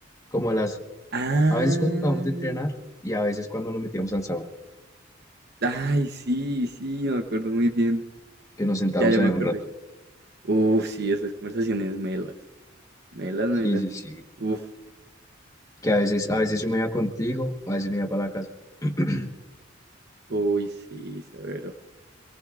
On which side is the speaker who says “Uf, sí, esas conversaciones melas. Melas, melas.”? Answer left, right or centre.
Right